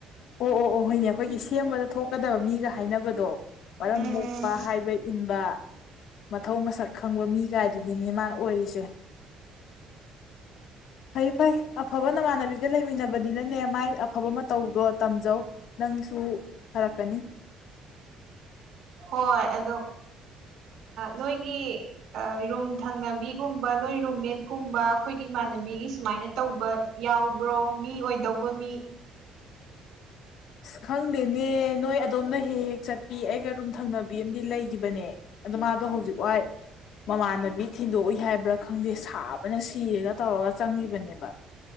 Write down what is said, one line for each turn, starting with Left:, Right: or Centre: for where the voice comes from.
Left: ꯑꯣ ꯑꯣ ꯑꯣ ꯍꯣꯏꯅꯦ ꯑꯩꯈꯣꯏꯒꯤ ꯁꯦꯝꯕꯗ ꯊꯣꯛꯀꯗꯕ ꯃꯤꯒ ꯍꯥꯏꯅꯕꯗꯣ ꯃꯔꯝ
Right: ꯎꯝ
Left: ꯃꯣꯛꯄ ꯍꯥꯏꯕ ꯏꯟꯕ ꯃꯊꯧ ꯃꯁꯛ ꯈꯪꯕ ꯃꯤ ꯀꯥꯏꯗꯨꯅꯤ ꯑꯣꯏꯔꯤꯁꯦ ꯐꯩ ꯐꯩ ꯑꯐꯕ ꯅꯃꯥꯟꯅꯕꯤꯒ ꯂꯩꯃꯤꯟꯅꯕꯅꯤꯅꯅꯦ ꯃꯥꯏ ꯑꯐꯕ ꯃꯇꯧ ꯑꯗꯣ ꯇꯝꯖꯧ ꯅꯪꯁꯨ ꯐꯔꯛꯀꯅꯤ
Right: ꯍꯣꯏ ꯑꯗꯣ ꯅꯣꯏꯒꯤ ꯔꯨꯝ ꯊꯪꯅꯕꯤꯒꯨꯝꯕ ꯅꯣꯏ ꯔꯨꯝꯃꯦꯠꯀꯨꯝꯕ ꯑꯩꯈꯣꯏꯒꯤ ꯏꯃꯥꯟꯅꯕꯤꯒꯤ ꯁꯨꯃꯥꯏꯅ ꯇꯧꯕ ꯌꯥꯎꯕ꯭ꯔꯣ ꯃꯤ ꯑꯣꯏꯗꯧꯕ ꯃꯤ
Left: ꯑꯁ ꯈꯪꯗꯦꯅꯦ ꯅꯣꯏ ꯑꯗꯣꯝꯅ ꯍꯦꯛ ꯍꯦꯛ ꯆꯠꯄꯤ ꯑꯩꯒ ꯑꯗꯨꯨꯝ ꯊꯪꯅꯕꯤ ꯑꯃꯗꯤ ꯂꯩꯒꯤꯈꯤꯕꯅꯦ ꯑꯗꯣ ꯃꯥꯗꯣ ꯍꯧꯖꯤꯛ ꯋꯥꯏ ꯃꯃꯥꯟꯅꯕꯤ ꯊꯤꯟꯗꯣꯛꯏ ꯍꯥꯏꯕ꯭ꯔꯥ ꯈꯪꯗꯦ ꯁꯥꯕꯅ ꯁꯤꯔꯒ ꯇꯧꯔꯒ ꯆꯪꯈꯤꯕꯅꯦꯕ